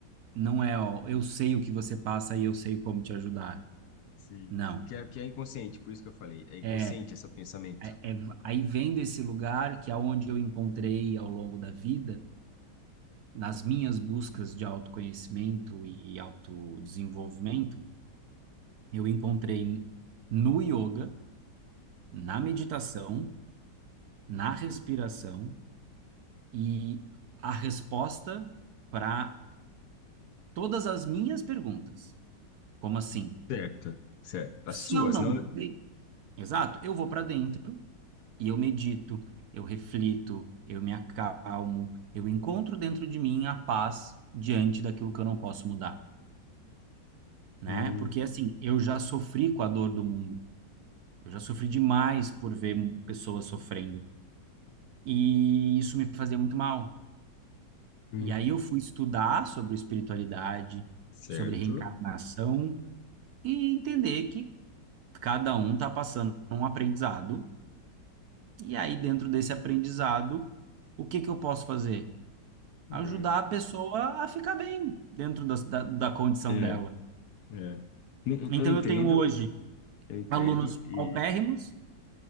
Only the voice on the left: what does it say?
Sim.
Que é, que é inconsciente, por isso que eu falei. É inconsciente
esse pensamento.
Hum.
Certo. Certo.
As suas,
não.
Hum,
hum.
Certo.
É.
É.
é. N-
Eu entendo,
eu entendo.
E